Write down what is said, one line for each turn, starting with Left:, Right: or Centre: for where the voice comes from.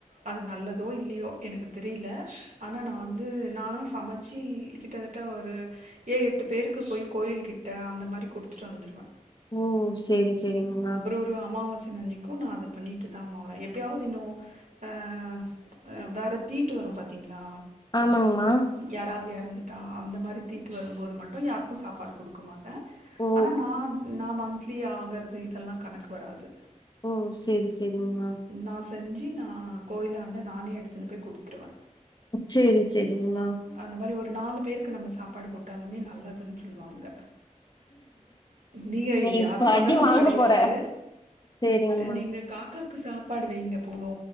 Right: அது நல்லதோ இல்லையோ எனக்கு தெரியலே ஆனா நா வந்து நானா சமச்சு எங்கிட்ட கிட்ட ஒரு ஏழு எட்டு பேருக்கு போயி கோயில் கிட்ட அந்த மாதிரி குடுத்துட்டு வந்துருவே
Left: ஓ செரி செரிங்கம்மா
Right: ஒரு அமாவாசன் அன்னைக்கு நா அதப் பண்ணிட்டு தா மா வரேன் எப்பயாவது இன்னும் அ அ வேற தீட்டு வரு பார்த்தீங்ளா
Left: ஆமாங்ம்மா
Right: யாராவது எறந்துட்டா அந்த மாதிரி தீட்டு வரும்போது மட்டு யாருக்கு சாப்பாடு குடுக்க மாட் டே
Left: ஓ!
Right: ஆனா நா நா மந்த்லி ஆகுறது இதெல்லா கணக்கு வராது
Left: ஓ செரி செரிங்ம்மா
Right: நா செஞ்சு நா கோயிலாண்ட நானே எடுத்துன் போய் குடுத்துருவே
Left: சரி, சரிங்கம்மா.
Right: சேரிங்க அந்த மாதிரி ஒரு நாலு பேருக்கு நம்ம சாப்பாடு போட் டாலுமே நல்லதுன் சொல்லுவாங்க டி ஐ
Left: நீ
Right: யார்
Left: இப்ப
Right: அது பண்ணனுன்
Left: அடி வாங்க
Right: கெடையாது
Left: போற. சரிங்கம்மா.
Right: நீங்க காக்காக்கு சாப்பாடு வைங்க போது